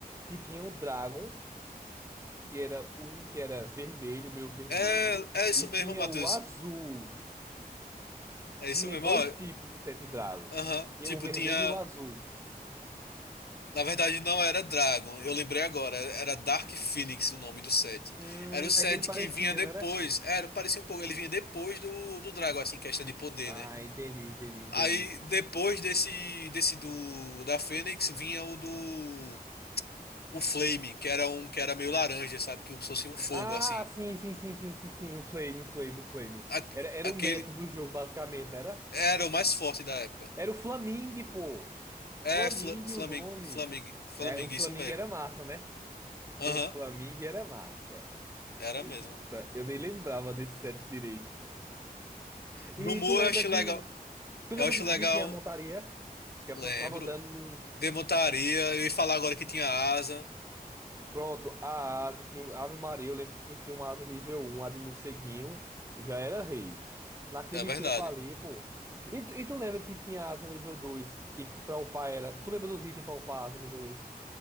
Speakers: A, on the right (about 20°); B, on the left (about 85°).
A: que tinha o Dragon, que era um que era vermelho, meio vermelho,
B: é, é isso
A: e
B: mesmo,
A: tinha
B: Matheus.
A: o azul.
B: É
A: Tinha
B: isso mesmo.
A: dois
B: Ó,
A: tipos de Sete Dragon.
B: Aham.
A: Tinha
B: Tipo,
A: um vermelho
B: tinha.
A: e o azul.
B: Na verdade, não era Dragon. Eu lembrei agora. Era Dark Phoenix o nome do set.
A: Hum,
B: Era o set
A: é que ele parecia,
B: que vinha depois.
A: não era?
B: Era, parecia um pouco. Ele vinha depois do, do Dragon, assim, questão de poder,
A: Ah,
B: né?
A: entendi, entendi, entendi.
B: Aí, depois desse, desse do da Fênix, vinha o do. O Flaming, que era um que era meio laranja, sabe? Que um, se fosse um fogo,
A: Ah,
B: assim.
A: sim, sim, sim, sim, sim, sim. O Flame, o Flame, o Flame.
B: A-
A: Era, era
B: aquele
A: o método do jogo, basicamente, não era?
B: era o mais forte da época.
A: Era o Flamingue, pô.
B: É,
A: Flamingo,
B: Fla, Flaming,
A: o nome.
B: Flaming, Flaming,
A: É, o Flamingo
B: isso mesmo.
A: era massa, né?
B: Aham,
A: O Flamingo era massa.
B: era
A: Eita,
B: mesmo.
A: eu nem lembrava desse set direito.
B: No
A: E
B: Mu
A: tu lembra
B: eu achei
A: que.
B: legal.
A: Tu lembra
B: Eu acho
A: que, que
B: legal,
A: tinha a montaria? Que a
B: lembro.
A: pessoa ficava andando nos.
B: Demontaria, eu ia falar agora que tinha asa.
A: Pronto, a asa tinha. o- Ave Maria, eu lembro que quem tinha uma asa nível um a de morceguinho, já era rei. Naquele
B: É verdade.
A: tempo ali, pô. E tu, e tu lembra que tinha asa nível 2 e que pra upar era. Tu lembra dos itens pra upar a asa nível dois